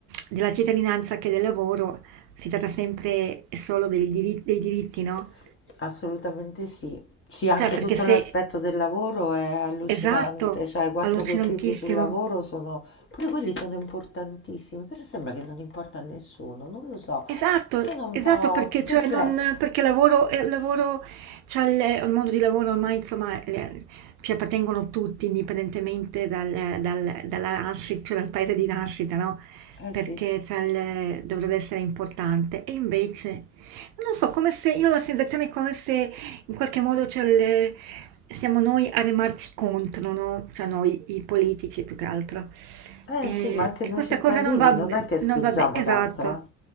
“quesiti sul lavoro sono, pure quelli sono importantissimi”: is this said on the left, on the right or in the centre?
Left